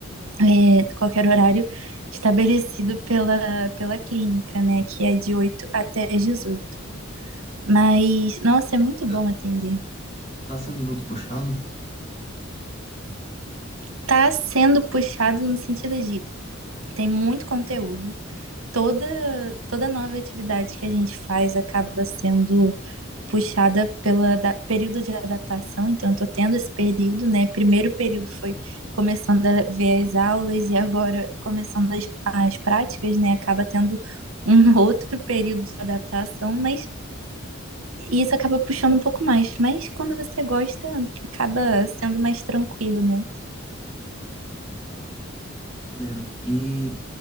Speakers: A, on the right; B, on the left.
A: é, qualquer horário estabelecido pela, pela clínica, né? Que é de 8 até dezoito, Mas, nossa, é muito
B: Tá
A: bom atender.
B: tá sendo muito puxado?
A: Tá sendo puxado no sentido de tem muito conteúdo, toda toda nova atividade que a gente faz acaba sendo puxada pela da- período de adaptação, então eu tô tendo esse período, né? Primeiro período foi começando a ver as aulas e agora começando as, as práticas, né? Acaba tendo um <laughs> outro período de adaptação, mas isso acaba puxando um pouco mais. Mas quando você gosta, acaba sendo mais tranquilo, né?
B: Maneiro. E